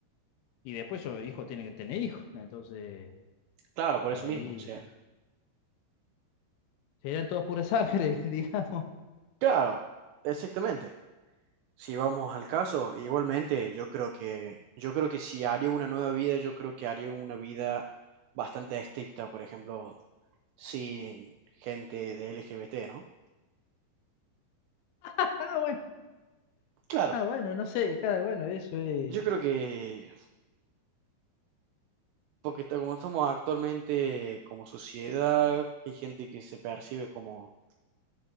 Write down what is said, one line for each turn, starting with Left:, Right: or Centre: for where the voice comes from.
Left: y después esos hijos tienen que tener hijos, entonces
Right: Claro, por
Left: ahí
Right: eso mismo, o sea.
Left: serían todos pura sangre, <laughs> digamos.
Right: Claro, exactamente. Si vamos al caso, igualmente yo creo que, yo creo que si haría una nueva vida, yo creo que haría una vida bastante estricta, por ejemplo, sin gente de LGBT, ¿no?
Left: Ah, bueno,
Right: Claro,
Left: ah, bueno, no sé, cada bueno, eso es
Right: yo creo que Porque ta- como estamos actualmente como sociedad, hay gente que se percibe como